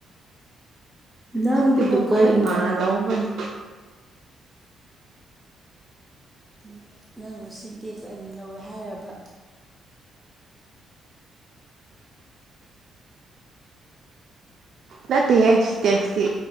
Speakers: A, in the centre; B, on the right (about 60°).
A: ꯅꯪꯒꯤꯗꯨ
B: ꯈꯪꯗꯦ ꯑꯈ‌ꯣꯏ
A: ꯀꯔꯤꯅꯣ
B: ꯑꯈꯣꯏ ꯏꯃꯥꯟ ꯂꯧꯕꯅꯤ
A: ꯎꯝ ꯅꯪꯗ‌ꯣ ꯁꯤꯟꯇꯦꯛꯁ ꯑꯅꯤ ꯂꯧꯋꯦ ꯍꯥꯏꯔꯕ
B: ꯅꯠꯇꯦꯍꯦ ꯁꯤꯇꯦꯛꯁꯇꯤ